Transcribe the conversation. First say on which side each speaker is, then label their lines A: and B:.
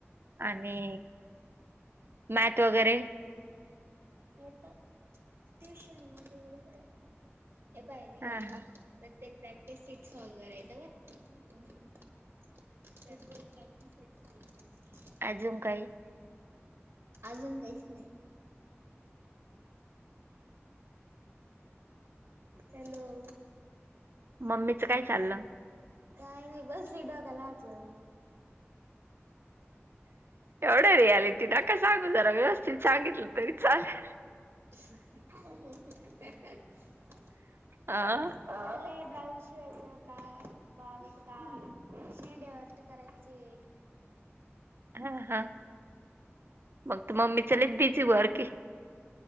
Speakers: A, on the right; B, on the right.
A: आणि मॅथ वगैरें
B: येतं ट्युशनं वगैरें बाई यां बाहेरे
A: हा
B: यां
A: हा
B: प्रत्येक प्रॅक्टिस सीट सॉल्व करायचं <unintelligible> <unintelligible>
A: अजूंन कांहीं
B: अजूंन काहींचं नाहीं हॅलो
A: मम्मीच कायं चाललं
B: कायं नाहीं बसली डोक्यांला हांत लावूंन
A: एवढं रियालिटी नकां सांगू जरां व्यवस्थित सांगितलं तरी चालेल
B: <unintelligible> <unintelligible>
A: हां
B: आं ब्लाऊज शिवायचं ब्ला बागांच कां शेंड्यांवरती करायंचे
A: हां हां मंग तू मम्मीची बरं की बारके